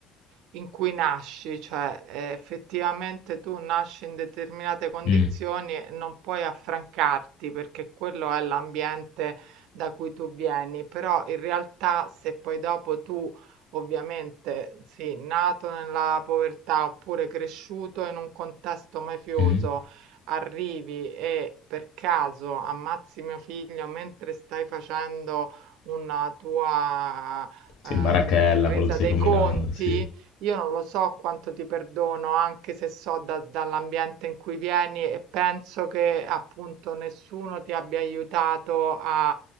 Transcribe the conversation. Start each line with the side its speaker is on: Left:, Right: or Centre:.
Right: in cui nasci, cioè eh, effettivamente tu nasci in determinate condizioni
Left: mm,
Right: e non puoi affrancarti perché quello è l'ambiente da cui tu vieni, però in realtà se poi dopo tu ovviamente sì, nato nella povertà oppure cresciuto in un contesto mafioso,
Left: mm.
Right: arrivi e per caso ammazzi mio figlio mentre stai facendo una tua
Left: Sì,
Right: ehm,
Left: Marachella,
Right: resa
Left: quello che stai
Right: dei
Left: combinando,
Right: conti,
Left: sì.
Right: io non lo so quanto ti perdono, anche se so da- dall'ambiente in cui vieni e penso che appunto nessuno ti abbia aiutato a